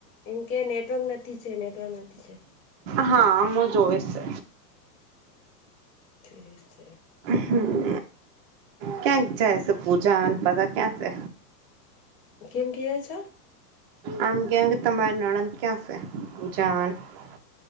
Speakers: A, on the left; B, on the right.
A: એમ કે નેટવર્ક નથી છે નેટવર્ક નથી છે.
B: હા આમું જોઈશે.
A: ઠી છે.
B: હમ્મ ક્યાંક જાય છે પૂજા અને બધા ક્યાં છે?
A: કેમ ગિયા છો?
B: આમ કેવ કે તમારી નણંદ ક્યાં છે? <unintelligible>